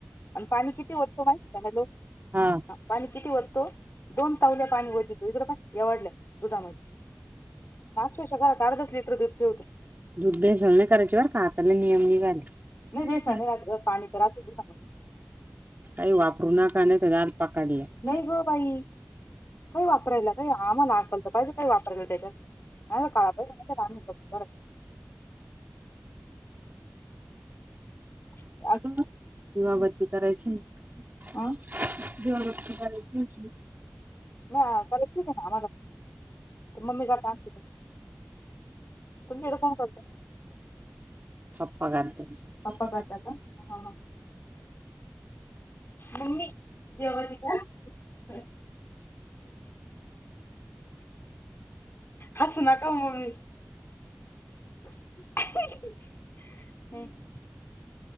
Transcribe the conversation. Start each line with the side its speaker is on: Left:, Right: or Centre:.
Left: आणि पाणी वततो माहीतीय का हलो
Right: हा
Left: पाणी किती वटतो? दोन तावल्या पाणी वतीतो तो इकडें पाय एवडल्या दुधामध्ये, तुमच्या घरात अर्धाच लीटर दूध ठेवतो.
Right: दुध भेसळ नाही करायचीबरका आता लई नियम निघाले.
Left: नाही बेसन
Right: <inaudible>
Left: नाही राहत ग पाणी तर राहतं दुधामध्ये
Right: काही वापरू नका. नाही तर जाल पकडल्या.
Left: नाही ग बाई काही वापरायला काही आम्हाला अक्कल तर पाहिजे काही वापरायला त्याच्यात नाही काळा पैसा <inaudible>
Right: दिवाबत्ती करायची ना.
Left: अ
Right: दिवाबत्ती करायची होती.
Left: नाही करायच आहे ना आम्हाला तर मम्मी काता आणते. तुमच्याकडे कोण करत?
Right: पप्पा करत्यात,
Left: पप्पा करता का हा हा मम्मी दिवाबत्ती कर. हसू नका ओ मंमी. <inaudible>